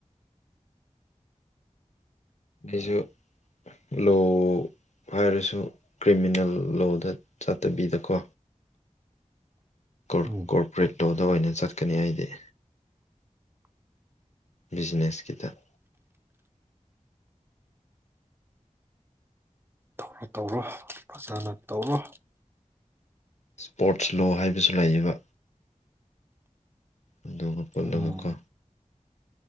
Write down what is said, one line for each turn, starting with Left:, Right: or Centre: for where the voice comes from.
Left: ꯑꯩꯖꯨ ꯂꯣ ꯍꯥꯏꯔꯁꯨ ꯀ꯭ꯔꯤꯃꯤꯅꯦꯜ ꯂꯣꯗꯥ ꯆꯠꯇꯕꯤꯗꯀꯣ꯫ ꯀꯣꯔ
Right: ꯎꯝ
Left: ꯀꯣꯔꯄꯔꯦꯠ ꯇꯣꯗꯥ ꯑꯣꯏꯅ ꯆꯠꯀꯅꯤ ꯑꯩꯗꯤ꯫ ꯕꯤꯖꯤꯅꯦꯁꯀꯤꯗꯥ ꯫
Right: ꯍꯥꯇꯧꯔꯣ ꯐꯖꯥꯅ ꯇꯧꯔꯣ꯫
Left: ꯁ꯭ꯄꯣꯔꯠꯁ ꯂꯣ ꯍꯥꯏꯕꯁꯨ ꯂꯩꯌꯦꯕ꯫ ꯑꯗꯨꯒ ꯄꯨꯜꯂꯒ
Right: ꯎꯝ
Left: ꯀꯣ꯫